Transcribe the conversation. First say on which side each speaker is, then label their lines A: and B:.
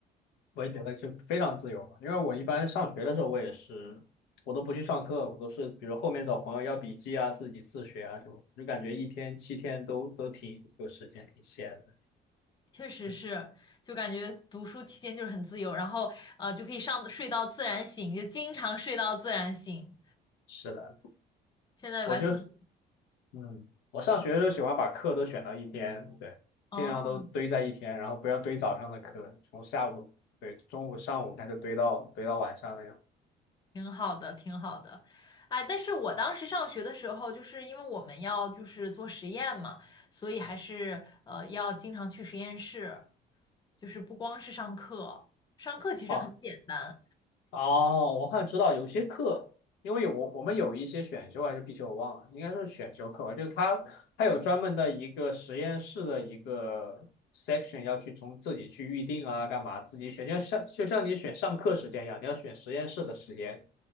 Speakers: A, on the left (about 85°); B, on the left (about 25°).
A: 我也觉得就非常自由，因为我一般上学的时候，我也是，我都不去上课，我都是比如后面找朋友要笔记啊，自己自学啊什么的就感觉一天七天都都挺有时间，挺闲的。
B: 确实是，
A: 就是
B: 就感觉读书期间就是很自由，然后呃就可以上睡到自然醒，就经常睡到自然醒。
A: 是的，
B: 现在完全不
A: 我就是，嗯，我上学的时候喜欢把课都选到一天，对，
B: 哦，
A: 尽量都堆在一天，然后不要堆早上的课，从下午，对，中午、上午开始堆到堆到晚上那样。
B: 挺好的，挺好的。哎，但是我当时上学的时候，就是因为我们要就是做实验嘛，所以还是呃要经常去实验室，就是不光是上课，上课其实很简单。
A: 哦，哦，我好像知道有些课，因为我我们有一些选修还是必修，我忘了，应该是选修课吧。就是它它有专门的一个实验室的一个 section 要去从自己去预定啊，干嘛自己选，就像就像你选上课时间一样，你要选实验室的时间。